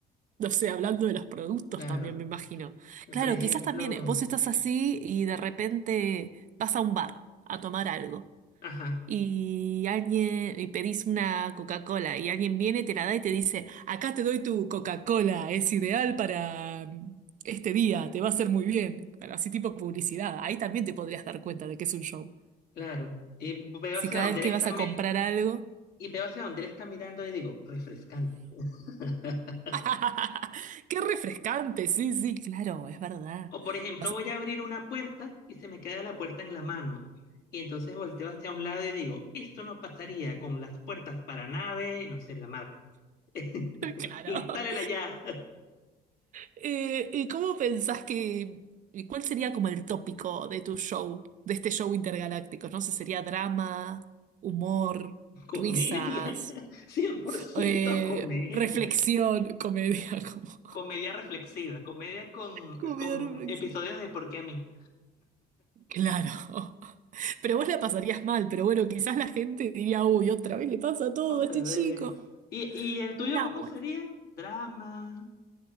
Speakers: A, on the right; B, on the left.
A: No sé, hablando de los productos
B: Claro,
A: también, me imagino. Claro,
B: por ejemplo,
A: quizás también eh, vos estás así y de repente vas a un bar a tomar algo
B: ajá,
A: y alguien y pedís una Coca-Cola y alguien viene, te la da y te dice, acá te doy tu Coca-Cola, es ideal para mm, este día, te va a hacer muy bien. Pero así tipo publicidad, ahí también te podrías dar cuenta de que es un show.
B: claro, y veo
A: Si
B: hacia
A: cada
B: dónde
A: vez
B: él
A: que
B: está,
A: vas a
B: mi-
A: comprar algo...
B: y veo hacia dónde él está mirando y digo, refrescante. <laughs>
A: <laughs> ¡Qué refrescante! Sí, sí, claro, es verdad.
B: O por ejemplo,
A: Vas
B: voy
A: a-
B: a abrir una puerta y se me queda la puerta en la mano. Y entonces volteo hacia un lado y digo, esto no pasaría con las puertas para nave, y no sé, la marca. <laughs>
A: <laughs> Claro.
B: Instálela ya.
A: Eh, ¿y cómo pensás que, y cuál sería como el tópico de tu show, de este show intergaláctico? No sé, sería drama, humor,
B: Comedia.
A: risas,
B: <laughs> cien por ciento
A: eh,
B: comedia.
A: reflexión, comedia, <laughs> como...
B: Comedia reflexiva. Comedia con,
A: comedia
B: con
A: reflexión.
B: episodios de ¿Por qué a mí?
A: Claro. Pero vos la pasarías mal, pero bueno, quizás la gente diría, uy, otra vez le pasa todo
B: Otra
A: a este
B: vez.
A: chico.
B: ¿Y, y el
A: Una
B: tuyo cómo
A: buena.
B: sería? Drama,